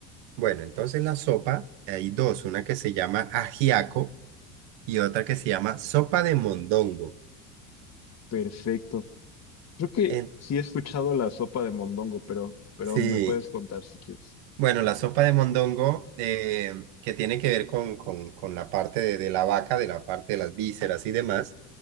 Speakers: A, on the right; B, on the left.
A: Bueno, entonces la sopa, hay dos, una que se llama ajiaco y otra que se llama sopa de mondongo.
B: Perfecto. Creo que
A: En-
B: sí he escuchado la sopa de mondongo, pero, pero
A: sí,
B: me puedes contar si quieres.
A: Bueno, la sopa de mondongo, eh, que tiene que ver con, con, con la parte de, de la vaca, de la parte de las vísceras y demás,